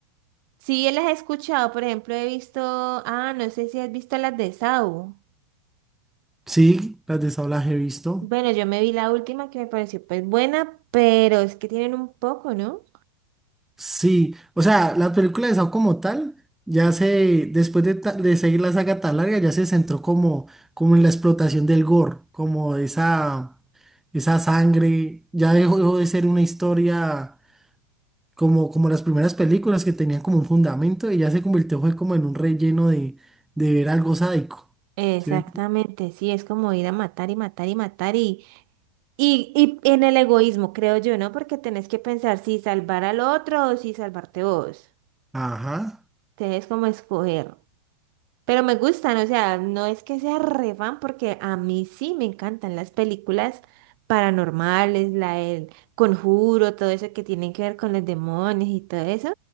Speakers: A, on the right; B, in the centre.
A: Sí, las he escuchado, por ejemplo, he visto, ah, no sé si has visto las de Saw.
B: Sí, las de Saw las he visto.
A: Bueno, yo me vi la última que me pareció pues buena, pero es que tienen un poco, ¿no?
B: Sí, o sea, la película de Saw como tal, ya se, después de, ta- de seguir la saga tan larga, ya se centró como, como en la explotación del gore, como esa, esa sangre, ya dejó, dejó de ser una historia como, como las primeras películas que tenían como un fundamento y ya se convirtió fue como en un relleno de, de ver algo sádico.
A: Exactamente,
B: ¿sí me
A: sí, es como ir a matar y matar y matar y, y, y en el egoísmo, creo yo, ¿no? Porque tenés que pensar si salvar al otro o si salvarte vos.
B: Ajá,
A: Tenés como escoger. Pero me gustan, o sea, no es que sea re fan porque a mí sí me encantan las películas paranormales, la del Conjuro, todo eso que tienen que ver con los demonios y todo eso.